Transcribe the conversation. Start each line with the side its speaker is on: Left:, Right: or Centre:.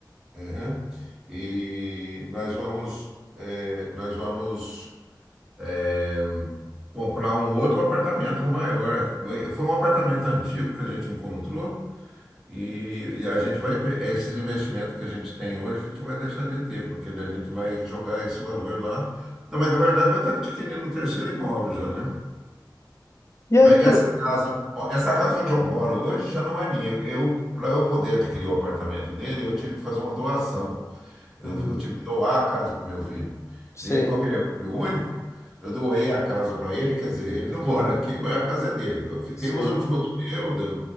Centre: Uhum. E nós vamos, eh, nós vamos é, comprar um outro apartamento maior. Foi um apartamento antigo que a gente encontrou e, e a gente vai, pe- esses investimentos que a gente tem hoje, a gente vai deixar de ter, porque daí a gente vai jogar esse valor lá. Não, mas na verdade vai estar adquirindo o terceiro imóvel já, né?
Left: E
Centre: Mas
Left: aí
Centre: essa
Left: por...
Centre: casa, ó, essa casa onde eu moro hoje já não é minha. Eu, para eu poder adquirir o apartamento dele, eu tive que fazer uma doação. Eu,
Left: Uhum.
Centre: eu tive que doar a casa para meu filho.
Left: Sim,
Centre: E como ele é filho único, eu doei a casa para ele, quer dizer, ele não <laughs> mora aqui, mas a casa é dele. Eu fi- Tem
Left: sim,
Centre: usufruto meu, da,